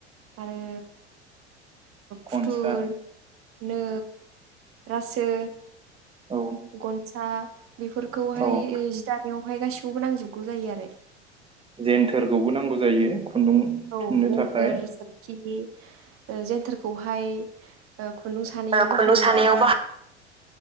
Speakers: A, on the right (about 40°); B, on the right (about 15°).
A: आरो फुथुल
B: गनसा
A: नो रासो
B: ओ औ
A: गनसा बेफोरखौहाय
B: औ
A: ओ जि दानायाव हाय गासिखौबो नांजोबगौ जायो आरो
B: जेन्थोरखौबो नांगौ जायो खुन्दुं
A: औ
B: थुननो
A: जेन्थोर
B: थाखाय
A: सोरखि ओ जेन्थोरखौहाय खुन्दुं सानायाव
B: ओ खुन्दुं
A: बाहायो
B: सानायाव
A: आरो